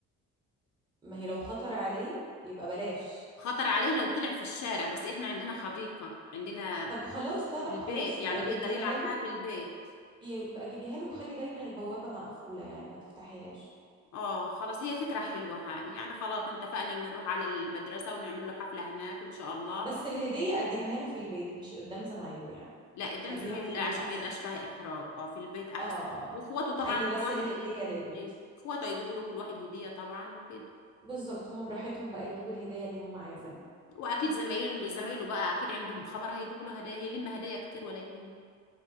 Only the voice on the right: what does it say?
ما هي لو خطر عليه يبقى بلاش
طب خلاص لا لا
خلاص
يبقى جيبيها
له
يبقى جيبيها له وخلي دايما البوابة مقفولة يعني ما تفتحيهاش
بس الهدية قدميها له في البيت مش قدام زمايله يعني
خليها
في
البيت
أحسن
اه اه
آه.
خلي
بس
الهدية
للبيت
بالظبط هم براحتهم بقى يجيبوا الهدية اللي هم عايزينها